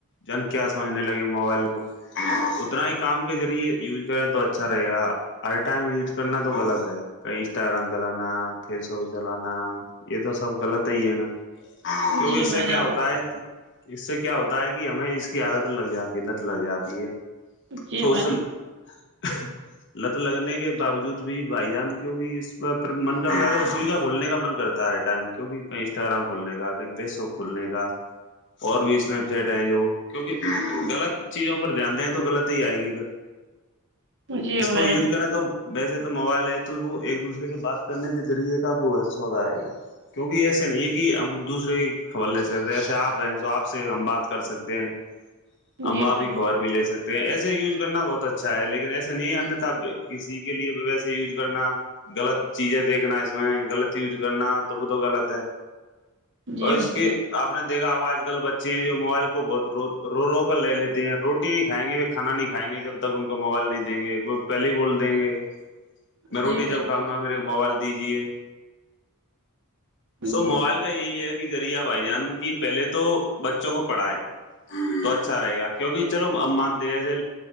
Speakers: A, on the left; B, on the right.
A: جن کیا سمجھنے لگے موبائل کو <unintelligible> اتنا ہی کام کے ذریعے یوز کریں تو اچھا رہے گا ہر ٹائم یوز کرنا تو غلط ہے کہیں انسٹاگرام چلانا فیس بک چلانا یہ تو سب غلط ہی ہے نا کیونکہ
B: جی
A: اس
B: بھائی
A: سے کیا
B: جان
A: ہوتا ہے کہ اس سے کیا ہوتا ہے کہ ہمیں اس کی عادت لگ جاتی ہے لت لگ جاتی ہے
B: جی
A: سوصل
B: بھائی
A: <unintelligible> لت لگنے کے باوجود بھی بھائی جان کی بھی اسھر من کرتا ہے تو اسی کا کھلنے کا من کرتا ہے ٹائم کیوںکہ کہیں انسٹاگرام کھلنے کا کہیں فیس بک کھلنے کا اور بھی اسنیپ چیٹ ہے جو کیونکہ غلط چیزوں پر دھیان دیں تو غط ہی آئیں گی پھر
B: جان جی
A: اس
B: بھائی
A: کو یوز
B: جان
A: کریں تو ویسے تو موبائل ہے تو وہ ایک دوسرے سے بات کرنے کے ذریعے کا وہ سودا ہے کیونکہ ایسے نہیں ہے کہ ہم دوسرے کی خبر لے سکتے جسے آپ رہ تو آپ سے ہم بات کر سکتے ہیں ہم
B: جی
A: آپ
B: بھائی
A: کی خبر بھی لے سکتے ایسے یوز کرنا بہت اچھا ہے لیکن ایسے نہیں آنا تھا کسی کے لیے بھی ویسے یوز کرنا <unintelligible> غلط چیزیں دیکھنا اس میں غلط یوز کرنا توب تو گغلط ہے
B: جی
A: اور اس
B: بھائی
A: کی
B: جان
A: <unintelligible> تو آپ نے دیکا آج کل بچے ہیں جو موبائل کو بہت رو رو رو کر لے لیتے ہیں روٹی نہیں کھائیں گے <unintelligible> کھانا نہیں کھائیں گے جب تک ان کا موبائل نہیں دیں گے وہ پہلے ہی بول دیں گے میں
B: جی
A: روٹی
B: بھائی
A: جب
B: جان
A: کھاؤ گا میرے کو موبائل دیجیے سو
B: جی
A: موبائل کا یہی ہے کہ ذریعہ بھائی جان کی پہلے تو بچوں کو پڑھائے تو اچھا رہے گا کیونکہ چلو مان دسے